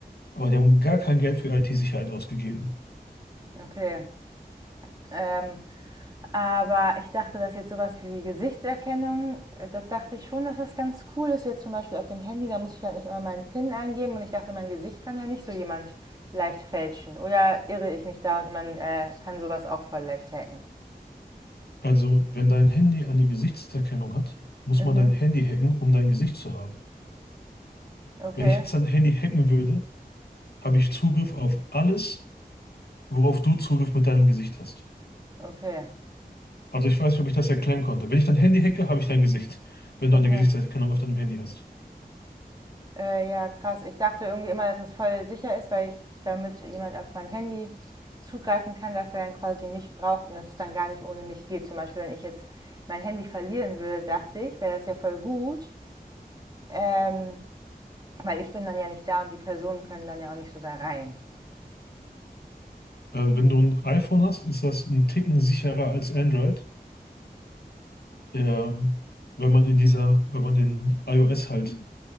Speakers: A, on the left; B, on the right.
A: aber die haben gar kein Geld für IT-Sicherheit ausgegeben.
B: Okay. Ähm, Aber ich dachte, dass jetzt sowas wie Gesichtserkennung, äh, das dachte ich schon, dass das ganz cool ist. Jetzt zum Beispiel auf dem Handy, da muss ich ja nicht immer meinen PIN eingeben und ich dachte, mein Gesicht kann ja nicht so jemand leicht fälschen. Oder irre ich mich da und man äh, kann sowas auch voll leicht hacken?
A: Also, wenn dein Handy eine Gesichtserkennung hat, muss
B: Mhm.
A: man dein Handy hacken, um dein Gesicht zu haben.
B: Okay,
A: Wenn ich jetzt dein Handy hacken würde, habe ich Zugriff auf alles, worauf du Zugriff mit deinem Gesicht hast.
B: okay,
A: Also ich weiß nicht, ob ich das erklären konnte. Wenn ich dein Handy hacke, habe ich dein Gesicht, wenn du
B: okay.
A: eine Gesichtserkennung auf deinem Handy hast.
B: Äh, ja, krass. Ich dachte irgendwie immer, dass das voll sicher ist, weil ich damit jemand auf mein Handy zugreifen kann, dass er dann quasi mich braucht und dass es dann gar nicht ohne mich geht. Zum Beispiel, wenn ich jetzt mein Handy verlieren würde, dachte ich, wäre das ja voll gut, ähm, weil ich bin dann ja nicht da und die Personen können dann ja auch nicht so da rein.
A: Also wenn du ein iPhone hast, ist das ein Ticken sicherer als Android. Ähm, wenn man in dieser, wenn man in iOS halt